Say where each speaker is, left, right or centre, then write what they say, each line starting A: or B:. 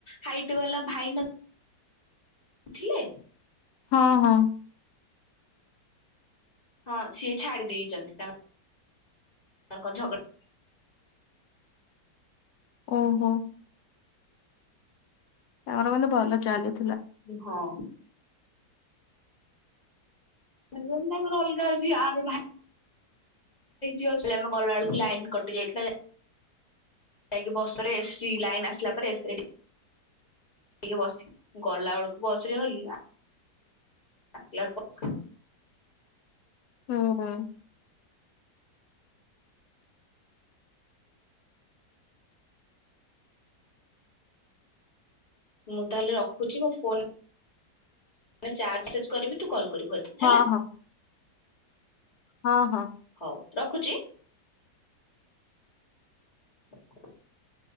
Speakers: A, on the left; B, on the left.
A: ହାଇଟ ବାଲା ଭାଇ ନ ଥିଲେ।
B: ହଁ ହଁ
A: ହଁ, ସିଏ ଛାଡି ଦେଇେଇଛନ୍ତି, ତାଙ୍କ ତା କ ଝଗଡ଼ା
B: ଓହୋ ତାଙ୍କର କନ୍ତେ ଭଲ ଚାଲୁଛି <unintelligible>
A: ହଁ ରଲଗା ଯ ଆର ଭାଇ <unintelligible> ଇ ଆମେ ଗଲା ବଳକୁ ଲାଇନ କଟି ଯାଇଥିଲା। ଯାଇକି ବସ ପରେ ଏସି, ଲାଇନ୍ ଆସିଲା ପରେ ଏ ଟିକେ ବସି, ଗଲା ବେଳକୁ ବସରେେ ଗଲି। ଆିଲ କ <unintelligible>
B: ହଁ
A: ମୁଁ ତାହେଲେ ରଖୁଛି, ମୋ ଫୋନ ଚାର୍ଜ ସେଜ କରିବି, ତୁ କଲ୍ କରିବୁ
B: ହଁ
A: ହେଲା
B: ହଁ ହଁ ହଁ
A: ହଉ ରଖୁଛି। <inaudible>